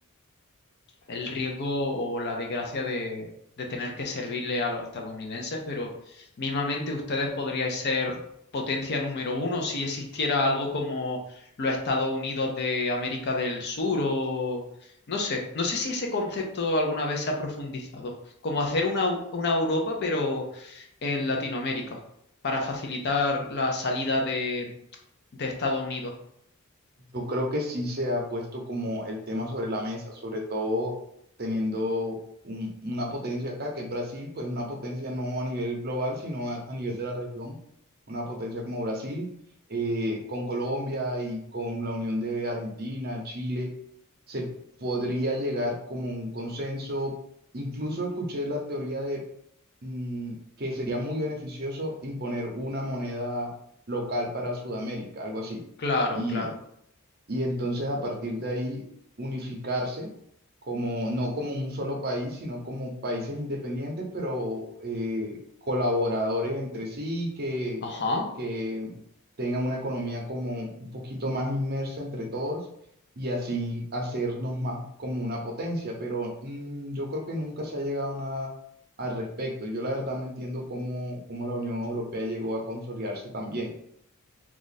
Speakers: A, on the left; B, on the right.
A: el riesgo o la desgracia de, de tener que servirle a los estadounidenses, pero mismamente ustedes podríais ser potencia número uno si existiera algo como los Estados Unidos de América del Sur o no sé, no sé si ese concepto alguna vez se ha profundizado, como hacer una, Eu- una Europa pero en Latinoamérica para facilitar la salida de, de Estados Unidos.
B: yo creo que sí se ha puesto como el tema sobre la mesa, sobre todo teniendo un- una potencia acá, que es Brasil, pues una potencia no a nivel global, sino a, a nivel de la región, una potencia como Brasil, eh, con Colombia y con la unión de Argentina, Chile, se podría llegar como a un consenso. Incluso escuché la teoría de mm, que sería muy beneficioso imponer una moneda local para Sudamérica, algo así.
A: Claro,
B: Y
A: claro.
B: y entonces a partir de ahí unificarse como no como un solo país, sino como países independientes, pero eh, colaboradores entre sí, que,
A: Ajá.
B: que tengan una economía como un poquito más inmersa entre todos y así hacernos más como una potencia. Pero mm, yo creo que nunca se ha llegado a nada al respecto. Yo la verdad no entiendo cómo, cómo la Unión Europea llegó a consolidarse también.